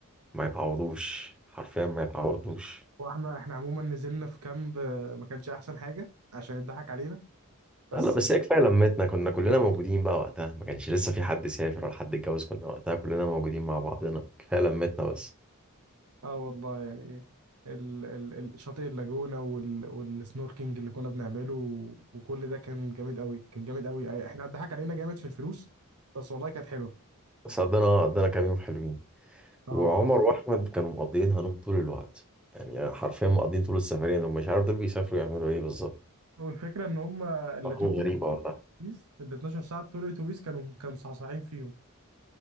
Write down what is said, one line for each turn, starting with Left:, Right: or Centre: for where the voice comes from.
Centre: ما يتعوضوش حرفيا ما يتعوضوش
Right: واحنا احنا عموما نزلنا في كامب آه، ما كانش أحسن حاجة عشان اتضحك علينا بس
Centre: لا بس هي كفايه لمتنا كنا كلنا موجودين بقى وقتها ما كانش لسه في حد سافر ولا حد اتجوز كنا وقتها كلنا موجودين مع بعضنا كفايه لمتنا بس
Right: اه والله يعني ال ال ال- شاطئ اللاجونة وال والسنوركينج اللي كنا بنعمله و- وكل ده كان جامد قوي كان جامد قوي أي- احنا اتضحك علينا جامد في الفلوس بس والله كانت حلوه
Centre: بس قضينا قضينا كام يوم حلوين
Right: اه
Centre: وعمر
Right: بصراحة
Centre: واحمد كانوا مقضيين هنوم طول الوقت يعني حرفيا مقضيين طول السفريه دول مش عارف دول بيسافروا يعملوا ايه بالظبط
Right: والفكرة ان هم ال
Centre: أرقام
Right: 12
Centre: غريبه والله
Right: اتوبيس ال 12 ساعة بتوع الاتوبيس كانوا كانوا مصحصحين فيهم